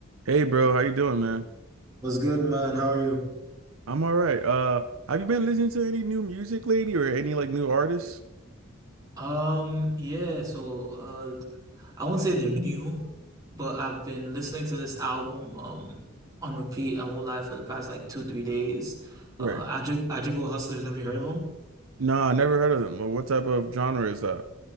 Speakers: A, on the right; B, on the right.
A: Hey bro, how you doing, man?
B: What's good, man? How are you?
A: I'm all right. Uh, have you been listening to any new music lately or any like new artists?
B: Um, yeah, so uh I won't say they're new, but I've been listening to this album um on repeat, I won't lie, for the past like two, three days. Uh
A: Right.
B: Ajib Ajibbo Hustlers, have you heard of them?
A: Nah, I never heard of them. Well, what type of genre is that?